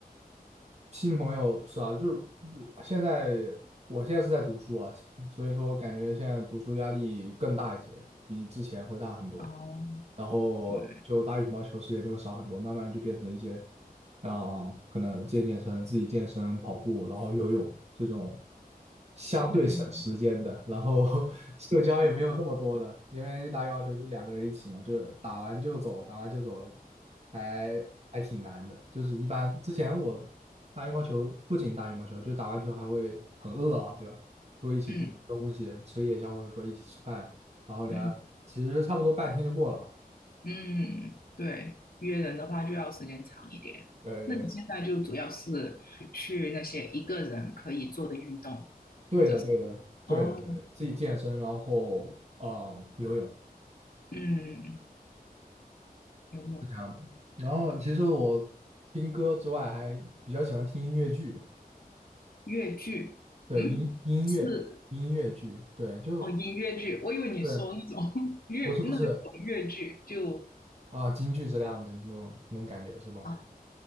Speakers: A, on the right (about 45°); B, on the left (about 55°).
A: 新朋友是啊，就是现在我现在是在读书啊，所以说我感觉现在读书压力更大一些，比之前会大很多。
B: 哦，
A: 然后就打羽毛球时间就会少很多，
B: 对，
A: 慢慢就变成一些，啊、可能健健身、自己健身、跑步，然后游泳这种相对省时间的，
B: 嗯
A: 然后 <laughs> 社交也没有这么多的，因为打羽毛球不是两个人一起嘛，就是打完就走，打完就走，还还挺难的。就是一般之前我打羽毛球，不仅打羽毛球，就打完球还会很饿啊，对吧？就会一起去吃东西，
B: 嗯
A: 吃夜宵，或者说一起吃饭，然后聊聊天，
B: 嗯。
A: 其实差不多半天就过了。
B: 嗯，对，约人的话就要时间长一点。
A: 对对
B: 那你现在就主要是去那些一个人可以做的运动，
A: 对的对的对的对，
B: 或者是哦，
A: 自己健身，然后呃游泳
B: 嗯，游泳、
A: 是这样的。然后其实我听歌之外，还比较喜欢听音乐剧，
B: 越剧，
A: 对音音乐音乐剧，
B: 嗯，是
A: 对就
B: 哦，音乐剧。我以为你说那种
A: 对，
B: <laughs> 乐那种越剧，
A: 不是不是
B: 就
A: 啊，京剧这样的那种那种感觉是那种，
B: 啊